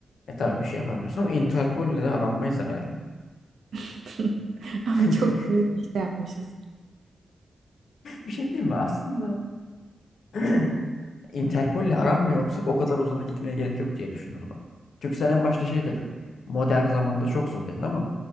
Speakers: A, on the left; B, on the right.
A: E tabii bir şey yapamıyorsun ama Interpol ile de aranmayız herhalde.
B: <laughs> Ama
A: <laughs>
B: çok büyük bir şey yapmışız.
A: Bir şey diyeyim mi? Aslında <clears throat> Interpol'le aranmıyor olsak o kadar uzağa gitmeye gerek yok diye düşünürdüm. Çünkü sen en başta şey dedin. Modern zamanda çok zor dedin ama